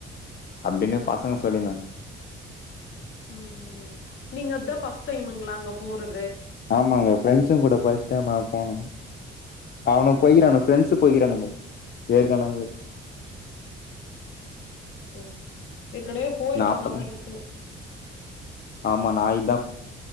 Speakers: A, on the left; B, on the left.
A: அப்டினு பசங்க சொல்லிந்தாங்க
B: ம் ம் நீங்க இத்தா ஃபஸ்ட் டைமுங்ளா அங்க போறத்
A: ஆமாங்க ஃப்ரெண்ட்ஸுங் கூட ஃபஸ்ட் டைமா போனேங் அவனு போய்கிறானு ஃப்ரெண்ட்ஸு போய்கிறானுங்க ஏற்கனவே
B: ம் ஏற்கனவே போயிருக்காங்க
A: நா அப்பதா
B: ஃப்ரெண்ட்ஸு
A: ஆமா நா இத்தா